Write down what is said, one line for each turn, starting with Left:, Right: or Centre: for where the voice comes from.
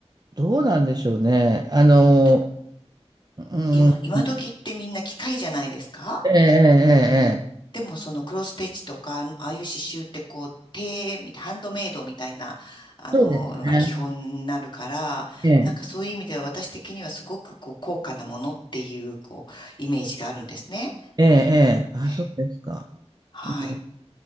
Right: どうなんでしょうね。あの、
Left: だ
Right: う
Left: 今、今時ってみんな機械じゃないですか
Right: ん、ええ、え
Left: うん。
Right: え、ええ。
Left: でもそのクロスステッチとか、ああいう刺繍ってこう手みたい、ハンドメイドみたいな、あの、
Right: そうですね。
Left: のが基本になるから、
Right: ええ、
Left: なんかそういう意味では私的にはすごくこう高価なものっていう、こう、イメージがあるんですね。
Right: ええ、ええ。あ、
Left: ええ
Right: そうですか。
Left: はい。
Right: うん